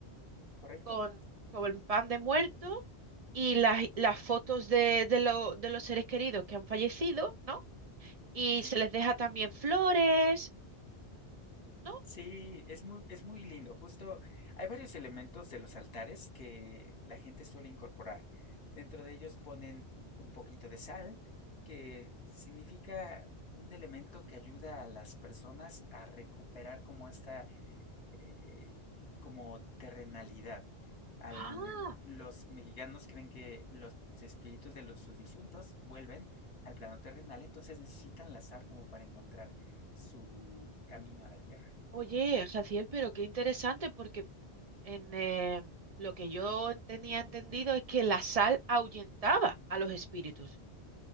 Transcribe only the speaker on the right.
Con, con el pan de muerto y las, las fotos de, de, lo- de los seres queridos que han fallecido, ¿no? Y
se les deja también flores, ¿no?
Ah,
oye, Jaciel, pero qué interesante porque mm, en, eh, lo que yo tenía entendido es que la sal ahuyentaba a los espíritus.